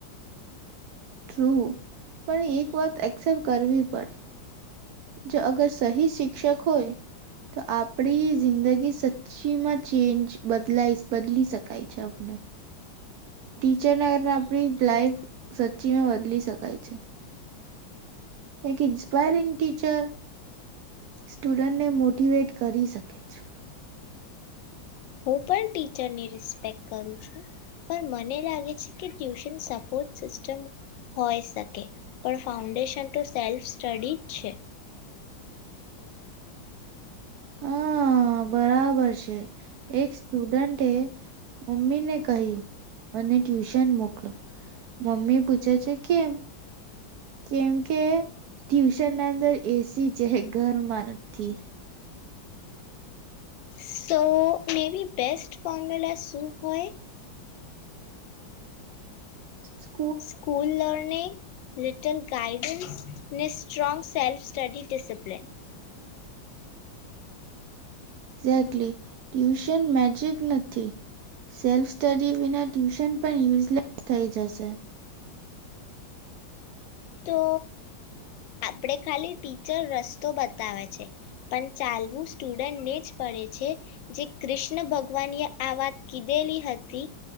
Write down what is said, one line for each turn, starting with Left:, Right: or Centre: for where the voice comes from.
Right: ટ્રુ, પણ એક વાત એક્સેપ્ટ કરવી પડે, જો અગર સહી શિક્ષક હોય, તો આપડી જિંદગી સચી માં ચેન્જ બદલાઈ બદલી શકાય છે આપને. ટીચરના કારણે આપણી લાાઈફ સચીમાં બદલી શકાય છે. એક ઇન્સ્પાયરિંગ ટીચર સ્ટુડન્ટને મોટિવેટ કરી શકે છે.
Left: હું પણ ટીચરની રિસ્પેક્ટ કરું છું, પણ મને લાગે છે કે ટ્યુશન સપોર્ટ સિસ્ટમ હોય શકે, પણ ફાઉન્ડેશન તો સેલ્ફ સ્ટડી જ છે.
Right: હા બરાબર છે, એક સ્ટુડન્ટે મમ્મીને કહ્યું અને ટ્યુશન મોકલો, મમ્મી પૂછે છે કેમ? કેમ કે ટ્યુશન ના અંદર એ સી છે ઘરમાં નથી.
Left: સો મે બી બેસ્ટ ફોર્મ્યુલા શું હોય?
Right: હ <inaudible>
Left: સ્કૂલ લર્નિંગ, લિટલ ગાઈડન્સ ને strong self study discipline.
Right: Exactly, tuition magic નથી, સેલ્ફ સ્ટડી વિના ટ્યુશન પણ યુઝલેસ થઈ જશે.
Left: તો આપણેે ખાલી ટીચર રસ્તો બતાવે છે, પણ ચાલવું સ્ટુડન્ટને જ પડે છે, જે કૃષ્ણ ભગવાને આ વાત કીધેલી હતી